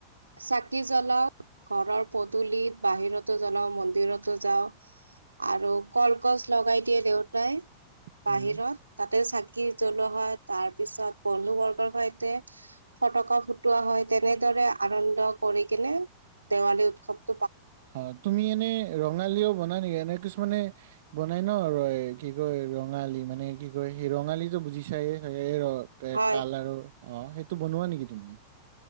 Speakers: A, on the right; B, on the right.
A: চাকি জ্বলাও ঘৰৰ পদলিত বাহিৰতো জ্বলাও মন্দিৰতো যাও আৰু কলকছ লগাই দিয়ে দেউতাই
B: উম।
A: বাহিৰত তাতে চাকি কি জ্বলোৱা হয় তাৰ পিছত বন্ধু বৰ্গৰ সৈতে ফটকা ফুটোৱা হয় তেনেদৰে আনন্দ কৰি কেনে দেৱালী উৎসৱ
B: অ তুমি এনে ৰঙালীও বনা নেকি এনে কিছুমানে বনাই ন ৰয় কি কয় ৰঙালী মানে কি কয় সেই ৰঙালী টো বুজি চাইে চাগে এ ৰ ত
A: হয়
B: তাল আৰু অ সেইটো বনোৱা নেকি তুমি